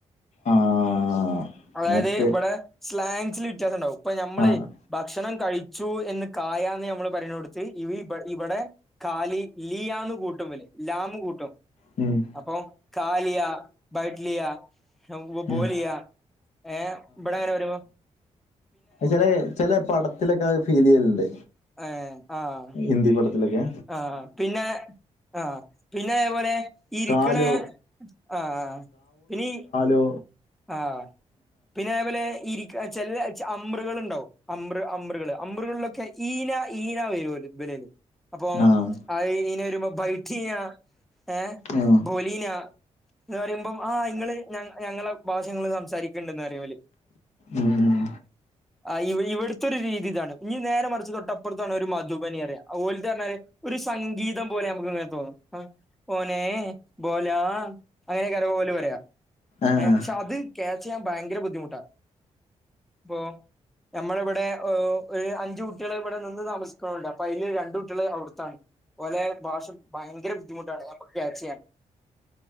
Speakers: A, on the left (about 70°); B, in the centre.
A: ആഹ്
B: അതായത്
A: മറ്റേ
B: ഇവിടെ സ്ലാങ്സിൽ വ്യത്യാസം ഉണ്ടാവും ഇപ്പൊ നമ്മൾ
A: ആഹ്
B: ഭക്ഷണം കഴിച്ചു എന്ന് കായന്ന് നമ്മള് പറിണയിടത് ഇവിടെ കാലി ലിയന്ന് കൂട്ടും ലാമ കൂട്ടും.
A: മമം
B: അപ്പൊ കാലിയാ ബഡലിയാ
A: ഉം
B: ബോലിയാ ഏ ഇവിടെരോരോ
A: ചില ചില പടത്തിലൊക്കെ ഫീൽ ചെയ്യലുണ്ട്.
B: ഏഹ് ആഹാ
A: ഹിന്ദി പഠത്തിലൊക്കെ
B: ആഹാ പിന്നെ ആഹാ പിന്നെ അതേപോലെ ഇരിക്ണെ
A: കാലോ
B: ആഹാ പിന്നെ ഇനി
A: ഏഹോ
B: ആഹാ പിന്നെ അതേപോലെ ഇരികണെ ചില അമൃർകൾ ഇണ്ടാവും അമൃർ അമൃർകൾ അമൃർകൾകളിലൊക്കെ ഈന ഈന വരുവല് അപ്പൊ
A: ആഹ്
B: ഹാ ഈനൊ വരുമ്പൊ ബൾജിയ ഏഹ
A: ഉം
B: ബൊലീന എന്ന് പറയുമ്പോം ആഹ് ഇങ്ങള് ഞ ഞങ്ങളെ ഭാഷകൾ സംസാരിക്കണ്ടന്ന് അറിയും ഇവല്
A: ഉം
B: ആ ഇവിടുത്തെൊരു രീതി ഇതാണ് ഇനി നേരെ മറിച്ച തൊട്ടപ്പുറത്താണ് ഒരു മധുബനി അറിയ ഓർലത് പറഞ്ഞല് ഒരു സംഗീതം പോലെ നമുക്ക് ഇങ്ങന തോന്നും ബൊലേ ബോലാ അങ്ങനെക്കരം ഓല് പറയാ
A: ആഹാ
B: ഏ പക്ഷെ അത് ക്യാച്ച് ചെയ്യാൻ ഭയങ്കര ബുദ്ധിമുട്ടാ ഇപ്പൊ നമ്മള ഇവിടെ ഒരു അഞ്ച് കുട്ടികെ ഇവിടെ നിന്ന് താമസിക്കണ്ട് അപ്പൊ അതില് രണ്ട് കുട്ടികളെ അവിടുത്താണ് ഓലെ ഭാഷ ഭയങ്കര ബുദ്ധിമുട്ടാണ് നമുക്ക് ക്യാച്ച് ചെയ്യാൻ